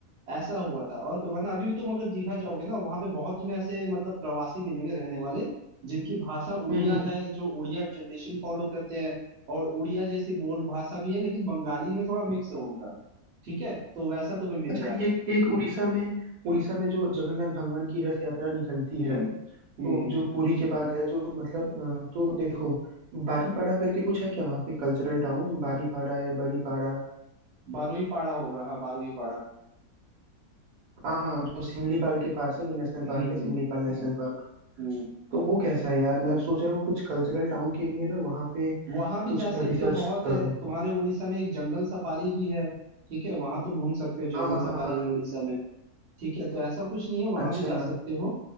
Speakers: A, on the right; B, on the right.
A: ऐसा हुआ था और कोई वरना अभी भी तुम अगर दीघा जाओगे ना वहां पे बहुत तुम्हें ऐसे मतलब प्रवासी मिलेंगे रहने वाले जिनकी भाषा उड़िया
B: हम्म हम्म।
A: है जो उड़िया ट्रेडिशन फॉलो करते हैं और उड़िया जैसी बोल भाषा भी है लेकिन बंगाली में थोड़ा मिक्स है उनका ठीक है तो वैसा तुम्हें मिलेगा
B: अच्छा एक एक उड़ीसा में उड़ीसा में जो जगन्नाथ भगवान की रथ यात्रा निकलती
A: हम्म
B: है तो
A: हम्म हम्म
B: जो पुरी के बाद है जो मतलब अ, तो देखो बारीपाड़ा करके कुछ है क्या वहाँ पे कल्चरल टाउन बारीपाड़ा या बरीपाड़ा
A: बारुई पाड़ा होगा हाँ बारुई पाड़ा
B: हाँ हाँ जो सिमलीपाल के पास है जो नेशनल
A: हम्म
B: पार्क है
A: हम्म
B: सिमलीपाल नेशनल
A: हम्म
B: पार्क
A: हम्म
B: तो वो कैसा है यार मैं सोच रहा हूँ कुछ कल्चरल टाउन के लिए ना वहाँ पे
A: वहां भी
B: कुछ
A: जा सकते
B: रिसर्च
A: हो बहुत
B: करूँ
A: है तुम्हारे उड़ीसा में एक जंगल सफारी भी है ठीक है वहां तुम घूम सकते हो जंगल
B: हाँ हाँ
A: सफारी
B: हाँ हाँ
A: में उड़ीसा में ठीक है तो ऐसा कुछ नहीं है वहां
B: अच्छा
A: भी जा
B: हम्म
A: सकते हो